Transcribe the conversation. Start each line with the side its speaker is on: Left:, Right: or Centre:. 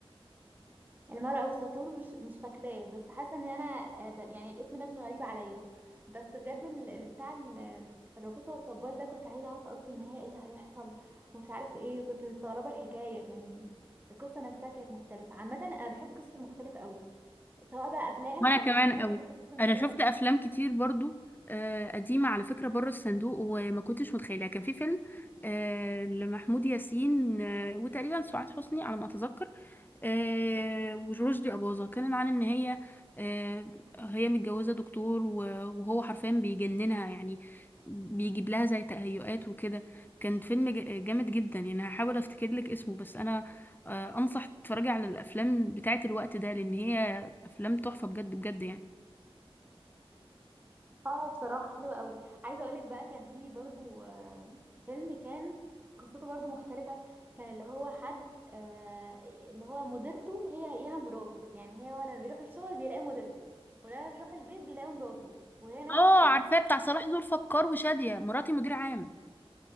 Right: المرأة والساطور مش مش فاكراه بس حاسة ان انا آه، ب- يعني الاسم ده مش غريب عليا بس بجد ال- ال- بتاع ال- الراقصة والطبال ده كنت عايزة اعرف قوي في النهاية ايه اللي هيحصل ومش عارف ايه كنت مستغربة الحكاية يعني القصة نفسها كانت مختلفة عامة انا بحب القصص المختلفة قوي سواء بقى افلام
Left: وانا
Right: او
Left: كمان
Right: مسلسلات
Left: قوي
Right: بحب القصص المختلفة
Left: انا شفت افلام كتير برضو آه، قديمة على فكرة بره الصندوق وما كنتش متخيلها كان في فيلم آه، لمحمود ياسين آه، وتقريبا سعاد حسني على ما اتذكر آه، ورشدي أباظة كان عن إن هي آه، هي متجوزة دكتور و- وهو حرفيا بيجننها يعني بيجيب لها زي تهيؤات وكده كان فيلم ج- جامد جدا يعني هحاول أفتكر لك اسمه بس أنا آه، أنصح تتفرجي على الأفلام بتاعة الوقت ده لأن هي أفلام تحفة بجد بجد يعني
Right: اه بصراحة حلوة قوي عايزة اقولك بقى كان في برضو آه، فيلم كان قصته برضو مختلفة كان اللي هو حد آه، اللي هو مديرته هي هيها مراته يعني هي لما بيروح الشغل بيلاقي مديرته ولما بيروح البيت بيلاقي مراته وهي نفس
Left: اه
Right: الشخص
Left: عارفاه بتاع صلاح ذو الفقار وشادية مراتي مدير عام